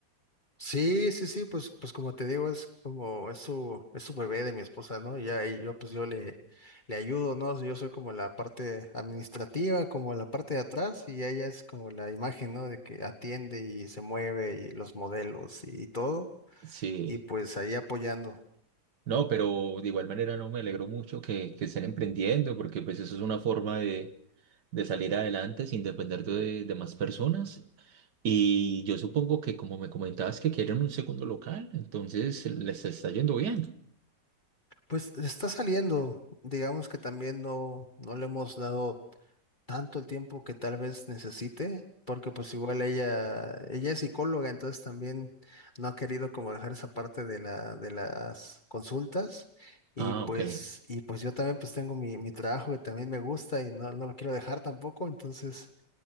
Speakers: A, on the left; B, on the right.
A: Sí, sí, sí, pues, pues como te digo, es como, es su, es su bebé de mi esposa, ¿no? Y ahí yo, pues yo le, le ayudo, ¿no? Yo soy como la parte administrativa, como la parte de atrás, y ella es como la imagen, ¿no? De que atiende y se mueve y los modelos y todo,
B: Sí.
A: y pues ahí apoyando.
B: No, pero de igual manera no me alegro mucho que, que estén emprendiendo porque pues eso es una forma de, de salir adelante sin depender de, de más personas. Y yo supongo que como me comentabas que quieren un segundo local, entonces les está yendo bien.
A: Pues está saliendo, digamos que también no, no le hemos dado tanto el tiempo que tal vez necesite, porque pues igual ella, ella es psicóloga, entonces también no ha querido como dejar esa parte de la, de las consultas. Y
B: Ah,
A: pues,
B: ok.
A: y pues yo también pues tengo mi, mi trabajo que también me gusta y no, no lo quiero dejar tampoco, entonces